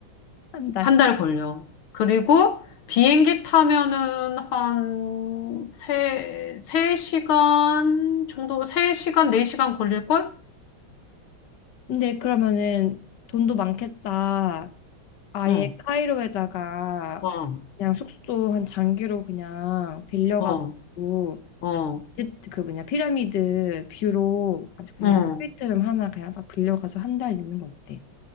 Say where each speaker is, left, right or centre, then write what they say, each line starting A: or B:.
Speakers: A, on the left; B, on the left.
A: 한 달.
B: 한 달 걸려. 그리고 비행기 타면은 한 세, 세시간 정도, 세시간네시간 걸릴걸?
A: 근데 그러면은 돈도 많겠다. 아예
B: 응,
A: 카이로에다가
B: 어,
A: 그냥 숙소 한 장기로 그냥 빌려가지고
B: 어, 어,
A: 집 그 뭐냐 피라미드 뷰로 아주 그냥
B: 어.
A: 스위트룸 하나 그냥 딱 빌려가서 한 달 있는 거 어때?